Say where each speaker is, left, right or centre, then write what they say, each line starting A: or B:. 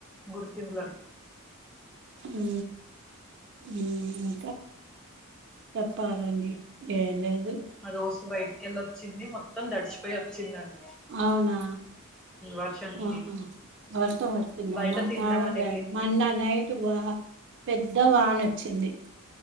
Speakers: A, in the centre; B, on the right.
A: గుర్తిపులను
B: ఊ ఉహు చెప్పాలండి ఏం లేదు?
A: అ రోజు బయటికెళ్ళి వచ్చింది, మొత్తం తడిచిపోయి వచ్చిందండి.
B: అవునా
A: వర్షానికి
B: ఆహా వర్షం వచ్చిందా
A: బయట
B: మా
A: తిందామని
B: కాడ
A: వెళ్ళింది
B: మొన్న నైట్ బ పెద్దవాన వచ్చింది